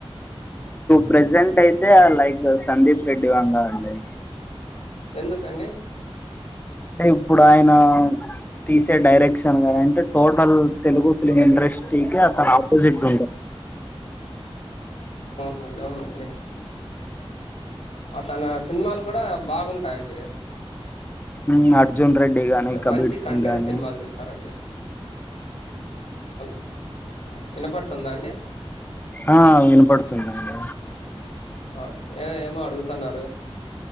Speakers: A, on the left; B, on the left.
A: ప్రజెంట్ అయితే లైక్ సందీప్ రెడ్డి వంగా అండి
B: ఎందుకండి
A: అంటే ఇప్పుడు ఆయన తీసే డైరెక్షన్ గాని అంటే టోటల్ తెలుగు
B: ఇప్పుడు
A: ఫిలిమ్ ఇండస్ట్రీ
B: తెలుగు
A: క తన ఆపోజిట్ ఉంట
B: అ మడి ఉవు మడి తన సినిమాలు కూడా బాగుం అండి
A: ఉ అర్జున్ రెడ్డి గానీ కబీర్
B: మంచి
A: సింగ్
B: కంటెంట్
A: గానీ
B: సినిమాలు తీస్తారండి. హలో వినపడుతుందా అండి
A: ఆ వినపడుతుందండి
B: ఆ ఎ ఏమో అడుగుతున్నారు